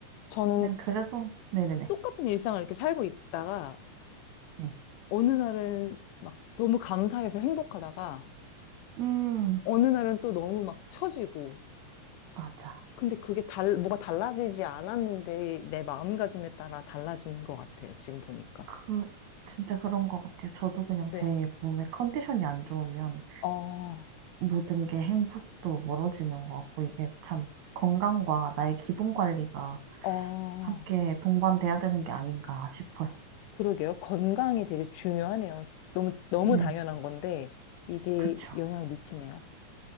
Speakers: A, on the left; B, on the right.
A: 저는
B: 그냥 그래서 네네네.
A: 똑같은 일상을 이렇게 살고 있다가
B: 네.
A: 어느 날은 막 너무 감사해서 행복하다가
B: 음,
A: 어느 날은 또 너무 막 처지고
B: 맞아.
A: 근데 그게 달, 뭐가 달라지지 않았는데 내 마음가짐에 따라 달라진 것 같아요. 지금 보니까.
B: 그 진짜 그런 것 같아요. 저도 그냥
A: 네.
B: 제 몸의 컨디션이 안 좋으면
A: 어,
B: 모든 게 행복도 멀어지는 것 같고, 이게 참 건강과 나의 기분 관리가
A: 어,
B: 함께 동반돼야 되는 게 아닌가 싶어요.
A: 그러게요. 건강이 되게 중요하네요. 너무, 너무
B: 네,
A: 당연한 건데 이게
B: 그쵸,
A: 영향을 미치네요.